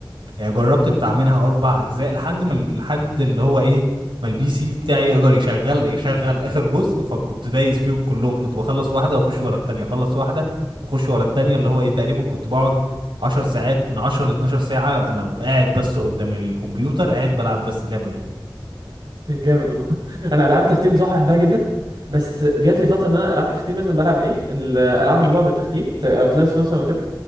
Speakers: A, on the right (about 85°); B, on the right (about 65°).
A: يعني جربت بتاع منها اربع اجزاء لحد ما لحد اللي هو ايه ما البي سي بتاعي يقدر يشغل يشغل اخر جزء فكنت دايس فيهم كلهم كنت بخلص واحدة واخش ورا التانية اخلص واحدة واخش ورا التانية اللي هو ايه تقريبا كنت بقعد عشر ساعات من عشرة لاتناشر ساعة انا قاعد بس قدام الكمبيوتر قاعد بلعب بس اللعبة دي
B: جامد والله <laughs> انا العاب التختيم بصراحه بحبها جدا بس جات لي فتره ان انا العاب التختيم مثلا بلعب ايه الالعاب اللي بقى بالتختيم زي اوتلاست مثلا وكده